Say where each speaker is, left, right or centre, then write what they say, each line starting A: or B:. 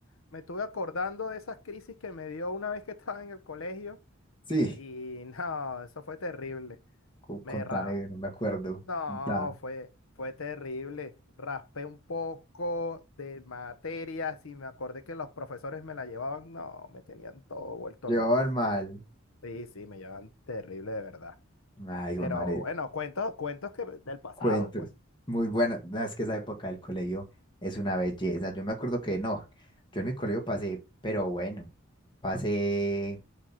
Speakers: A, on the left; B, on the left.
A: me estuve acordando de esas crisis que me dio una vez que estaba en el colegio
B: Sí,
A: y <laughs> no, eso fue terrible.
B: cu-
A: Me
B: contame,
A: raspé.
B: no me acuerdo.
A: No,
B: Contá.
A: fue, fue terrible. Raspé un poco de materias y me acordé que los profesores me la llevaban. No, me tenían todo vuelto
B: Llevaban
A: loco.
B: mal.
A: Sí, sí, me llevan terrible de verdad.
B: Ay, hijo
A: Pero
B: de madre,
A: bueno, cuentos, cuentos que del pasado,
B: cuentos.
A: pues.
B: Muy buena. no, Es que esa época del colegio es una belleza. Yo me acuerdo que no, yo en mi colegio pasé, pero bueno, pasé